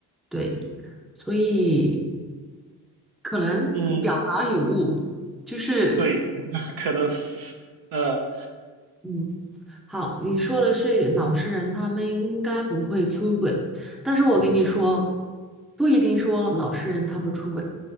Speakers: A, in the centre; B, on the right.
A: 对，所以可能表达有误，
B: 嗯，
A: 就是
B: 对，<laughs> 可能是，嗯
A: 嗯。好，你说的是老实人，他们应该不会出轨。但是我跟你说，不一定说老实人他不出轨，